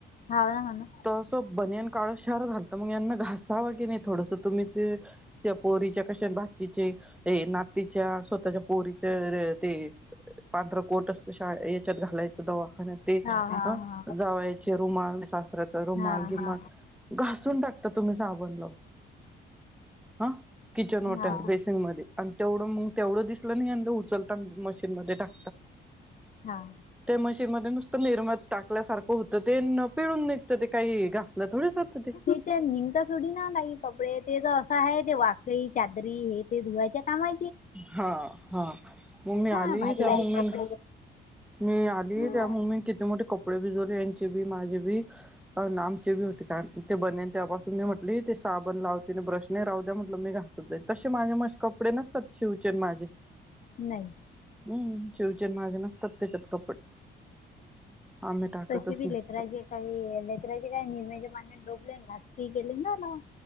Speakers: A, on the left; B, in the centre.
A: हाव ना हो ना
B: तर असं बनियन काळ शार घालत मग यांना घासावा के नाही थोडस तुम्ही ते त्या पोरीच्या कशा भाचीचे नातीच्या स्वतःच्या पोरीच्या ते पांढरं कोट असतं शा याच्यात घालायचं दवाखान्यात ते
A: हा हा
B: अ
A: हा
B: जावयाचे रुमाल रमाल
A: हा
B: सून टाकता तुम्ही साबण लावून हा किचन
A: हा
B: टर बेसनमध्येध्ये तेवढं मग तेवढं दिसलं नाही अ उचलता मशीनमध्ये टाक
A: हा हा
B: ते मशी मध्ये नुसतं निरमात टाकल्यासारखं होतं ते न पिळून निघतं ते काही घासल्या थोडे जात ते.
A: तिते निंगता सोडी ना नाही कपडे ते त असं आहे ते वाकळी चादरी हे ते धुवायच्या कामा
B: हा हा ममी
A: हा
B: आली
A: भारी
B: ते
A: भारी
B: मम्मीन
A: कपडे
B: मी आली
A: हा
B: त्यामु मी किती मोठे कपडे भिजवले यांचे बी माझे बी अन् आमचे बी होते कान की ते बनेल त्यापासून मी म्हटली ते साबण लावते न ब्रश नई राहू द्या म्हटलं मी घासत जाईल तसे माझे मश कपडे ना अत शिवचे न माझे.
A: नाही.
B: हम्म शिवचे न माझे नसतात त्याच्यात कपडे. आम्ही टाकतच
A: तशी बी
B: नाही
A: लेकरायचे काही लेकराचे काय निरम्याच्या पाण्यात डोब लेन घास पी गेलि ना ना.